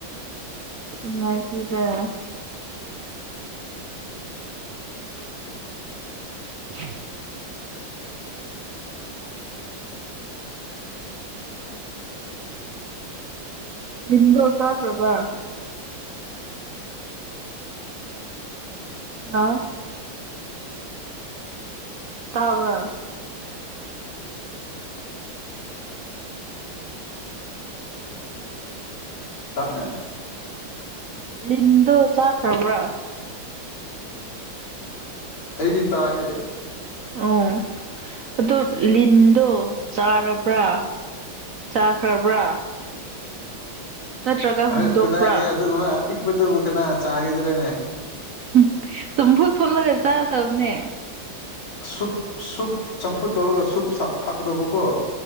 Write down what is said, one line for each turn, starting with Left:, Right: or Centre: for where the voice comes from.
Right: ꯅꯨꯡꯉꯥꯏꯇꯦꯗꯥ ꯊꯦꯡ ꯂꯤꯟꯗꯣ ꯆꯥꯈ꯭ꯔꯕ꯭ꯔꯥ? ꯍꯥ ꯇꯥꯕ꯭ꯔ
Left: ꯇꯅꯦ
Right: ꯂꯤꯟꯗꯣ ꯆꯥꯈ꯭ꯔꯕ꯭ꯔꯥ?
Left: ꯑꯩꯗꯤ ꯇꯥꯏꯌꯦ
Right: ꯑꯣ ꯑꯗꯣ ꯂꯤꯟꯗꯣ ꯆꯥꯔꯕ꯭ꯔꯥ? ꯆꯥꯈ꯭ꯔꯕ꯭ꯔꯥ? ꯅꯠꯇ꯭ꯔꯒ
Left: ꯑꯁ
Right: ꯍꯨꯟꯗꯣꯛꯄ꯭ꯔꯥ
Left: ꯀꯗꯥꯏꯗꯒꯤ ꯑꯗꯨꯒꯨꯝꯕ ꯑꯄꯤꯛꯄꯗꯨꯕꯨ ꯀꯅꯥ ꯆꯥꯏꯌꯦꯗ꯭ꯔꯅꯦ
Right: ꯍꯨꯝ ꯆꯝꯐꯨꯠ ꯐꯨꯠꯂꯒ ꯆꯥꯗꯕꯅꯦ
Left: ꯁꯨꯞ ꯁꯨꯞ ꯆꯝꯐꯨꯠ ꯇꯧꯔꯒ ꯁꯨꯨꯞ ꯊꯥꯛꯀꯗꯧꯕꯀꯣ